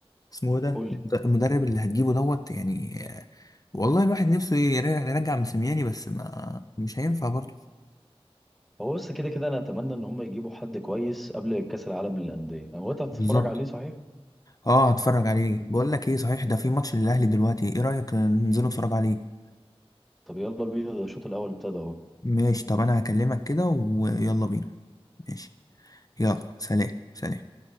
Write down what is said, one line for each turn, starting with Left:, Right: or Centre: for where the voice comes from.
Left: اسمه ده
Centre: قول لي
Left: المدرب اللي هتجيبه دوت يعني آه، والله الواحد نفسه يرجع مسمياني بس ما مش هينفع برضه
Centre: هو بس كده كده انا اتمنى ان هم يجيبوا حد كويس قبل كاس العالم للانديه انا وقتها هتتفرج
Left: بالظبط
Centre: عليه صحيح
Left: اه هتفرج عليه بقول لك ايه صحيح ده في ماتش للاهلي دلوقتي ايه رايك ننزل نتفرج عليه
Centre: طب يلا بينا ده الشوط الاول ابتدى اهو
Left: ماشي طب انا هكلمك كده ويلا بينا ماشي يلا سلام سلام